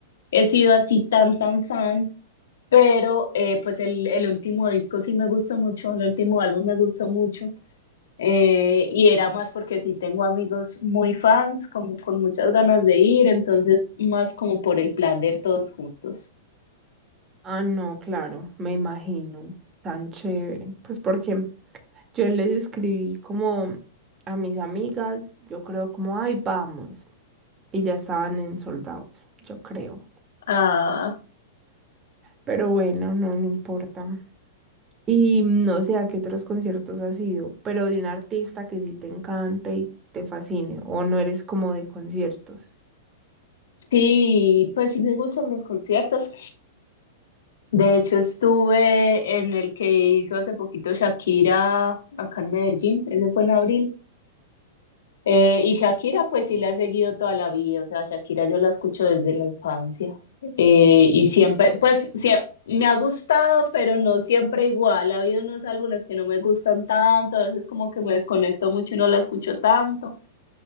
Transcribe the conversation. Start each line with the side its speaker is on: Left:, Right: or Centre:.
Left: he sido así tan, tan fan, pero eh, pues el, el último disco sí me gustó mucho, el último álbum me gustó mucho. eh, y era más porque sí tengo amigos muy fans, como con muchas ganas de ir, entonces más como por el plan de ir todos juntos.
Right: Ah, no, claro, me imagino, tan chévere. Pues porque Yo les escribí como a mis amigas, yo creo como, ay, vamos. Y ya estaban en sold out, yo creo.
Left: Ah.
Right: Pero bueno, no, no importa. Y no sé a qué otros conciertos has ido, pero de un artista que sí te encante y te fascine, o no eres como de conciertos.
Left: Sí, pues sí me gustan los conciertos. De hecho, estuve en el que hizo hace poquito Shakira acá en Medellín, ese fue en abril. Eh, y Shakira, pues sí la he seguido toda la vida, o sea, Shakira yo la escucho desde la infancia. Eh, y siempre, pues sie- me ha gustado, pero no siempre igual. Ha habido unos álbumes que no me gustan tanto, a veces como que me desconecto mucho y no la escucho tanto.